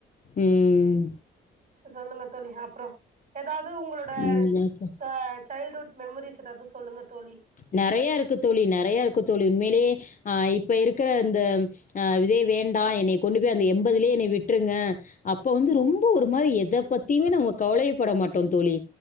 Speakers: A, on the left; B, on the right.
A: ம்.
B: சொல்லுங்க தோழி அப்றோ எதாவுது உங்களோட
A: ம். அப்புறம்
B: ஆ சைல்டுஹுட் மெமரிஸ் எதாவுது சொல்லுங்க தோழி
A: நெறையா இருக்கு தோழி நெறையா இருக்கு தோழி உண்மையிலே ஆ இப்ப இருக்குற இந்த அ இதே வேண்டா என்னை கொண்டு போய் அந்த எண்பதுலயே என்னை விட்ருங்க அப்ப வந்து ரொம்ப ஒரு மாரி எத பத்தியுமே நம்ம கவலயேப் பட மாட்டோ தோழி